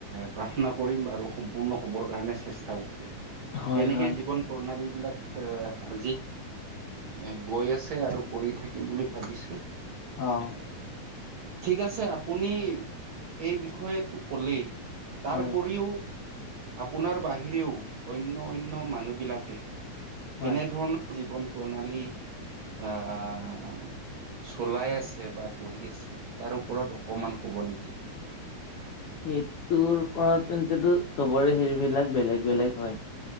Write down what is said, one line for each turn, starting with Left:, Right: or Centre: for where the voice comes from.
Right: প্ৰাৰ্থনা কৰিম আৰু সম্পূৰ্ণ হবৰ কাৰণে চেষ্টাও কৰিম
Left: হয়,
Right: তেনেকে
Left: হয়।
Right: জীৱন প্ৰণালী বিলাক এ আজি এ গৈ আছে আৰু কৰি থাকিম বুলি ভাবিছো
Left: অ',
Right: ঠিক আছে আপুনি এই বিষয়টো কলেই তাৰপৰিও
Left: হয়,
Right: আপোনাৰ বাহিৰেও অন্য অন্য মানুহ বিলাকে
Left: হয়।
Right: কেনেধৰণৰ জীৱন প্ৰণালী আহ চলাই আছে বা কৰি আছে তাৰ ওপৰত অকমান ক'ব নেকি
Left: সেইটোৰ পৰা তেন্তো চবৰে সেইবিলাক বেলেগ বেলেগ হয়